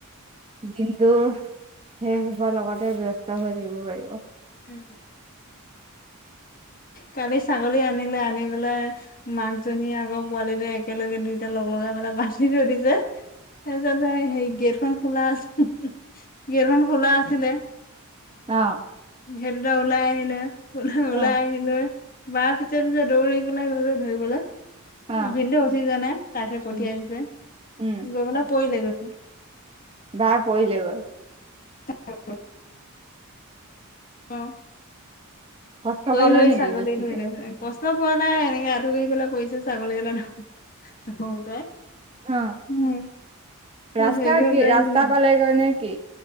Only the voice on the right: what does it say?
দিনটো সেইসোপাৰ লগতে ব্যস্ত হৈ থিব পাৰিব।
অহ।
অ
অ
উম
উম
বাই পৰিলে গৈ?
কষ্ট
পালে নেকি
বেছিকে
অ
ৰাস্তা
কি,
ৰাস্তা
পালেগৈ নে কি?